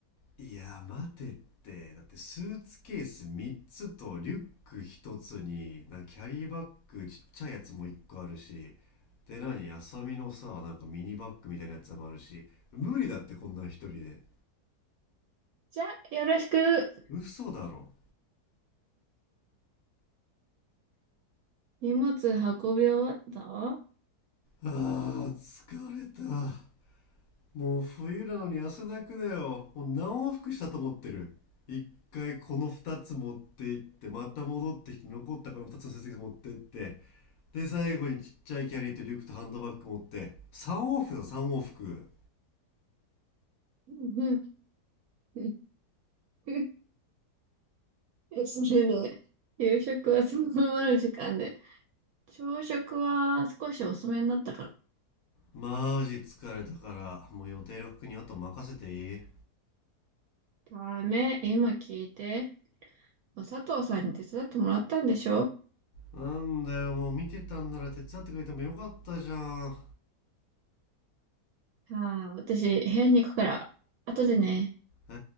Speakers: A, on the left (about 65°); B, on the right (about 70°).
A: いや待てってだってスーツケース3つとリュック1つになんかキャリーバッグちっちゃいやつも1個あるしで何あさみのさなんかミニバッグみたいなやつもあるし無理だってこんなん1人で
B: じゃあ、よろしく。
A: 嘘だろ
B: 荷物運び終わった
A: あー疲れた。もう冬なのに汗だくだよ。もう何往復したと思ってる。一回この二つ持って行って、また戻ってきて、残ったこの二つの成績持ってって、で、最後にちっちゃいキャリーとリュックとハンドバッグ持って、三往復だよ、三往復。
B: うんうん。<laughs> それで、夕食はそのままの時間で、朝食は少し遅めになったから。
A: マジ疲れたから、もう予定楽にあと任せていい
B: ダメ、今聞いて。佐藤さんに手伝ってもらったんでしょ
A: なんだよ、もう見てたんなら手伝ってくれてもよかったじゃん。
B: ああ、私、部屋に行くから、後でね。
A: え